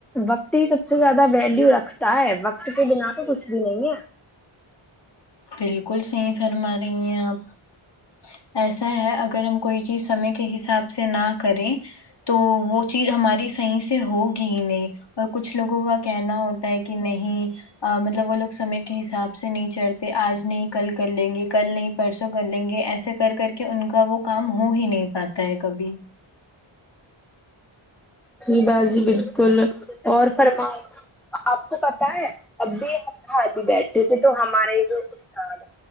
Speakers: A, in the centre; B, on the left.
A: وقت ہی سب سے زیادہ ویلیو رکھتا ہے وقت کے بنا تو کچھ بھی نہیں ہے
B: بالکل صحیح فرما رہی ہیں آپ ایسا ہے اگر ہم کوئی چیز سمے کے حساب سے نہ کریں تو وہ چیز ہماری صحیح سے ہو کی نہیں اور کچھ لوگوں کا کہنا ہوتا ہے کہ نہیں مطلب وہ لوگ سے حساب سے نہیں چڑھتے آج نہیں کل کر لیں گے کل نہیں پرسوں کر لیں گے ایسے کر کر کے ان کا وہ کام ہو ہی نہیں پاتا ہے کبھی
A: جی با جی بالکل اور فرماؤ آپ کو پتہ ہے ابھی ہم خالی بیٹھے تھے تو ہمارے یہ جو استاد